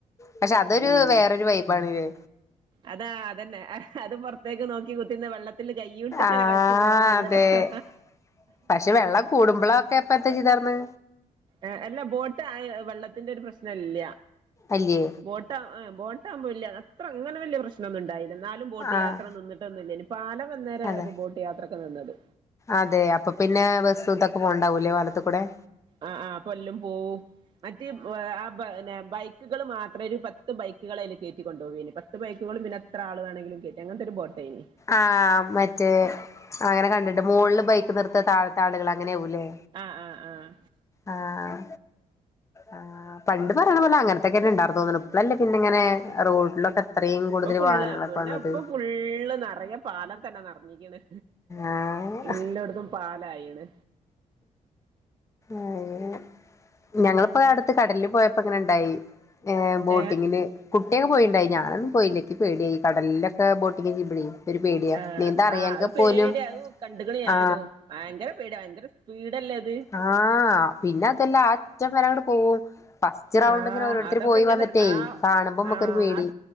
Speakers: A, on the left; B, on the right.
A: പക്ഷെ അതൊരു
B: ഉം
A: വേറൊരു വൈബാണ്ലേ?
B: അതാ അതന്നെ അതും പുറത്തേക്ക് നോക്കി കുത്തിരുന്ന് വെള്ളത്തില് കൈയ്യൂട്ട് ഇങ്ങനെ
A: ആഹ്
B: കളിച്ചു പോവാൻ നല്ല
A: അതെ
B: രസാ
A: പക്ഷെ വെള്ളം കൂടുമ്പോളൊക്കെപ്പ എന്താ ചെയ്തർന്ന്
B: ഏഹ് അല്ല ബോട്ട് വെള്ളത്തിന്റെ ഒരു പ്രശ്നല്ല
A: അല്ല്യേ
B: ബോട്ട് ആഹ് ബോട്ടാകുമ്പോ വല്യ അത്ര അങ്ങനെ വല്യ പ്രശ്നൊന്നും ഉണ്ടായില്ല എന്നാലും ബോട്ടുയാത്ര
A: ആഹ്
B: നിന്നിട്ടൊന്നു അല്ലായ്ഞ്ഞു പാലം വന്നേരാണ്
A: അതെ
B: ഇപ്പോ ബോട്ട് യാത്രൊക്കെ നിന്നത്
A: അതെ അപ്പൊ പിന്നെ ബസ്സും ഇതൊക്കെ പോണ്ടാവൂലേ പാലത്തി കൂടെ-
B: ആഹ് ആഹ് ഇപ്പൊ എല്ലും പോവും മറ്റേ ഉം ആഹ് ബ ന്നെ ബൈക്കുകൾ മാത്രം ഒരു പത്ത് ബൈക്കുകളയില് കയറ്റിക്കൊണ്ടുപോവയ്നു പത്ത് ബൈക്കുകളും പിന്നെ എത്ര ആൾ വേണെങ്കിലും കെയ്റ്റാ അങ്ങനത്തെ ഒരു ബോട്ടേയ്ന്
A: ആഹ് മറ്റേ അങ്ങനെ കണ്ടിട്ട് മോളില് ബൈക്ക് നിർത്ത താഴത്തെ ആളുകൾ അങ്ങനെയാകൂലേ
B: ആഹ് ആഹ് ആഹ്
A: ആഹ്. ആഹ് പണ്ട് പറയണപോലെ അങ്ങനത്തേക്കന്ന് ഒണ്ടാർന്നു തോന്നണു ഇപ്പളല്ലേ പിന്നെ ഇങ്ങനെ റോഡിലൊക്കെ ത്രേം കൂടുതല്
B: ഇപ്പൊ ഫുള്ള്
A: വാഹനങ്ങളൊക്കെ
B: പിന്നെ
A: വന്നത്
B: ഇപ്പൊ ഫുള്ള് നെറയെ പാലംതന്നെ നെറഞ്ഞിക്കണ്
A: ആഹ്
B: എല്ലാടെത്തും. പാലായിണ്
A: അയന്നെ ഞങ്ങളിപ്പോ അടുത്ത് കടലിൽ പോയപ്പോ ഇങ്ങനെ ണ്ടായി ഏഹ് ബോട്ടിങ്ങിന്
B: ഏ
A: കുട്ടിയൊക്കെ പോയിണ്ടായി ഞാനൊന്നും പോയില്ലഇക്ക് പേടിയായി കടലിലൊക്കെ ബോട്ടിങ് ചെയ്യുമ്പഴേ ഒരു പേടിയാ
B: ആഹ്
A: നീന്താൻ അറിയാങ്കി
B: ആഹ് അഹ് പേടിയ
A: പോലും
B: അത് കണ്ടുക്ക്‌ണ് ഞാനും
A: ആ
B: ഭയങ്കര പേട്യാ ഭയങ്കര സ്പീഡല്ലേ അ
A: ആഹ് പിന്നെ അതൊല്ലാ ആ അറ്റം വരങ്ങട്ട് പോവും ഫസ് സ്റ്റ് റൗണ്ട്
B: ആ
A: ഇങ്ങനെ ഓരോരുത്തര്
B: അതൊക്കെ
A: പോയി
B: ഇങ്ങനെ
A: വന്നിട്ടേ
B: ആ
A: കാണുമ്പോ മ്മക്കൊരു
B: ആ
A: പേടി
B: ആ